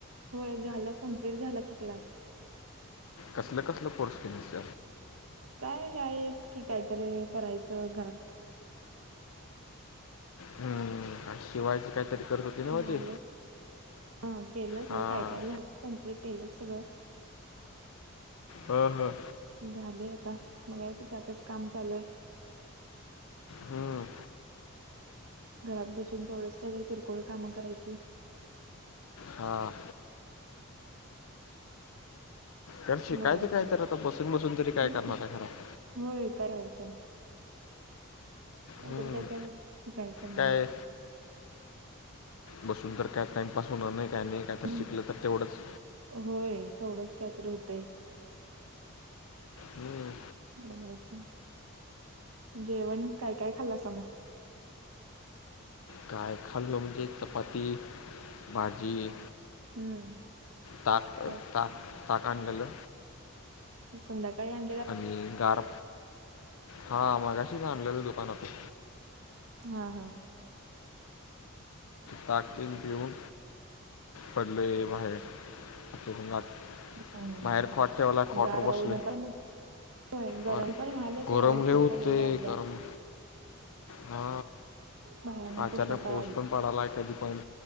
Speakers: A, on the right (about 65°); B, on the left (about 70°).
A: होय झालं कम्प्लीट झाला की, क्लास.
B: असलं कसलं कोर्स केलास?
A: काय हायच की, काहीतरी करायचं घरात.
B: हम्म, शिवायचं काहीतरी करत होती ना मग
A: झालं
B: ती
A: हा, केलं
B: हां
A: काय काय झालं कम्प्लीट केलं सगळं.
B: ह ह,
A: झाले आता बघायचं त्यातच काम चालू आहे.
B: हम,
A: घरात बसून तेवढंच त्यात किरकोळ कामं करायची.
B: हा. तर शिकायचं
A: बघायची
B: काय
A: मग
B: तर, आता बसून बसून तरी काय
A: हम्म
B: करणारा घरात.
A: होय करायचं. <unintelligible>
B: हम्म,
A: काय तर शिकायचं
B: काय
A: मग
B: बसून तर काय टाईमपास होणार नाही, काय नाही काहीतर
A: हम्म
B: शिकलं तर तेवढंच
A: होय, तेवढंच कायतरी होतंय.
B: हम्म.
A: बघायचं, जेवण काय काय खाल्लासा मग?
B: काय खाल्लो म्हणजे, चपाती, भाजी
A: हम्म.
B: ताक
A: काय-
B: ताक ताक आणलेलं
A: संध्याकाळी आण
B: आणि गार, हा मगाशीच आणलेलं दुकानातून
A: हा हा.
B: ताकं पिऊन पडलोयं बाहेर. <unintelligible>
A: हम्म हम्म
B: बाहेर
A: हम्म
B: खॉट ठेवलाय खॉटवर
A: गार
B: बसलोय.
A: नव्हता होय गरम
B: व्हयं,
A: पण व्हायला
B: गरम
A: सोडा उष्णता
B: लयं होतयं,
A: लय वाढल्या
B: गरम हा
A: भयानक
B: अचानक
A: उष्णता
B: पाऊस
A: वाढली
B: पण पडालाय आहे. कधी पण